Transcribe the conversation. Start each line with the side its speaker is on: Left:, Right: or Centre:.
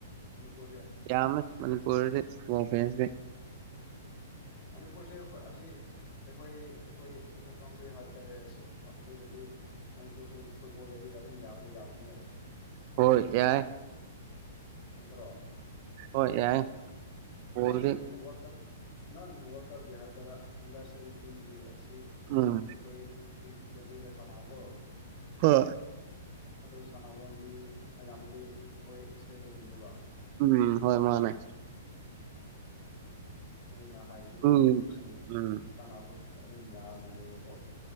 Left: ꯃꯅꯤꯄꯨꯔꯁꯦ
Right: ꯌꯥꯝꯃꯦ ꯃꯅꯤꯄꯨꯔ ꯍ ꯐꯦꯁꯦ
Left: ꯃꯅꯤꯄꯨꯔꯁꯦ ꯑꯦꯍꯣꯏ ꯑꯁꯤ ꯑꯩꯈꯣꯏ ꯑꯩꯈꯣꯏ ꯑꯩꯈꯣꯏ ꯀꯥꯎꯟꯇ꯭ꯔꯤ ꯍꯥꯏꯕ ꯇꯥꯔꯦ ꯑꯁꯤ ꯑꯗꯨꯗꯗꯤ ꯃꯅꯤꯄꯨꯔꯁꯨ ꯐꯨꯠꯕꯣꯜꯗꯗꯤ ꯑꯗꯨꯝ ꯌꯥꯎꯗꯤ ꯌꯥꯅꯤꯍꯦꯛ
Right: ꯍꯣꯏ ꯌꯥꯏ
Left: ꯅꯠꯇ꯭ꯔꯣ
Right: ꯍꯣꯏ ꯌꯥꯏ ꯕꯣꯜꯗꯤ
Left: ꯅꯍꯥꯟ ꯋꯥꯔꯜ ꯀꯞ ꯅꯍꯥꯟ ꯋꯥꯔꯜ ꯀꯞꯀꯤ ꯍꯥꯏ ꯇꯔꯥ ꯑꯟꯗꯔ ꯁꯚꯦꯟꯇꯤꯟꯒꯤ ꯑꯁꯤ
Right: ꯎꯝ
Left: ꯑꯩꯈꯣꯏ ꯖꯜꯍꯤꯗ ꯁꯥꯟꯅꯕꯗꯣ
Right: ꯍꯣꯏ
Left: ꯑꯗꯨ ꯁꯥꯟꯅꯕ ꯃꯤ ꯑꯌꯥꯝꯕꯗꯤ ꯑꯩꯈꯣꯏ ꯏꯁꯇꯦꯠꯇꯒꯤꯅꯦꯕ
Right: ꯎꯝ ꯍꯣꯏ ꯃꯥꯅꯦ
Left: ꯑꯗꯨꯅ ꯍꯥꯏꯕꯗꯤ
Right: ꯎꯝ
Left: ꯃꯅꯤꯄꯨꯔꯁꯨ
Right: ꯎꯝ
Left: ꯁꯥꯟꯅꯕ ꯑꯗꯨꯝ ꯌꯥꯅ ꯂꯩꯦꯕꯀꯣ